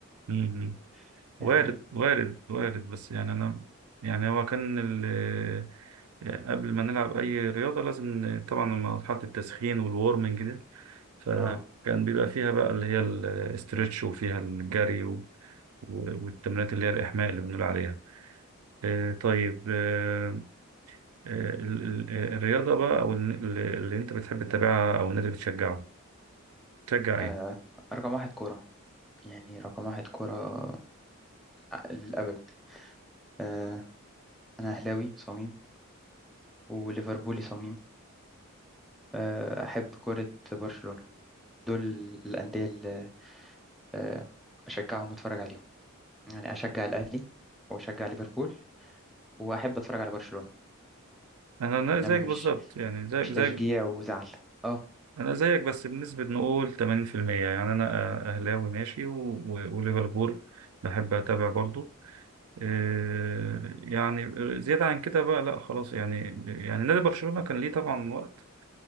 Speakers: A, on the right; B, in the centre.
A: م- م.
B: <laughs>
A: وارد
B: يعني
A: وارد وارد بس يعني انا يعني هو كان ال- قبل ما نلعب اي رياضه لازم ن- طبعا مرحله التسخين والورمنج دي فكان
B: اه
A: بيبقى فيها بقى اللي هي الاسترتش وفيها الجري و- و- والتمرينات اللي هي الاحماء اللي بنقول عليها آه، طيب آه، آه، ال- ال- الرياضة بقى أو الن- اللي أنت بتحب تتابعها أو النادي اللي بتشجعه تشجع
B: آه،
A: إيه؟
B: رقم واحد كوره يعني رقم واحد كوره آه، للابد آه، انا اهلاوي صميم وليفربولي صميم آه، احب كوره برشلونه دول الانديه اللي آه، اشجعهم واتفرج عليهم يعني اشجع الاهلي واشجع ليفربول واحب اتفرج على برشلونة
A: أنا
B: انما
A: أنا زيك
B: مش
A: بالظبط يعني زيك
B: مش تشجيع
A: زيك
B: وزعل اه
A: أنا زيك بس بنسبة نقول 80% يعني أنا أ- أهلاوي ماشي و- و- وليفربول بحب أتابع برضو إيه، يعني زيادة عن كده بقى لا خلاص يعني يعني نادي برشلونة كان ليه طبعا وقت